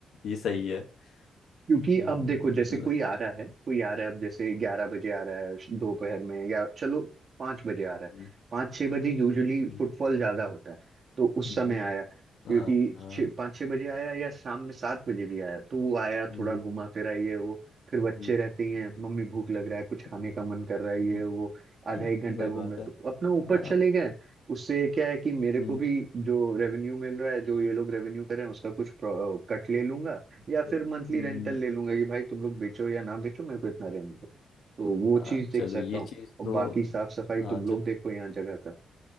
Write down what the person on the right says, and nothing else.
क्योंकि
अब देखो जैसे
कोई आ रहा है कोई आ रहा है अब जैसे ग्यारह बजे आ रहा है दोपहर में या चलो पाँच बजे आ रहा
है पाँच छः बजे यूजुअली
फुटफॉल ज्यादा होता है तो उस
समय
आया क्योंकि
छः पाँच छः बजे आया या शाम में सात बजे भी आया तो वो आया
थोड़ा घुमा फिरा ये वो फिर बच्चे
रहते ही हैं
मम्मी भूख लग रहा है कुछ खाने
का मन कर रहा है ये
वो आधा
एक घंटा
घूम
रहा है
तो अपना ऊपर
चले गए उससे क्या है कि मेरे
को भी जो रेवेन्यू मिल रहा है जो ये
लोग रेवेन्यू कर रहे हैं उसका कुछ कट ले लूंगा या
फिर मंथली
रेंटल ले लूंगा कि भाई तुम लोग बेचो या ना बेचो मेरे को इतना रेंट दो तो वो
चीज देख
सकता
हूँ
और
बाकी साफ सफाई
तुम लोग
देखो यहाँ जगह का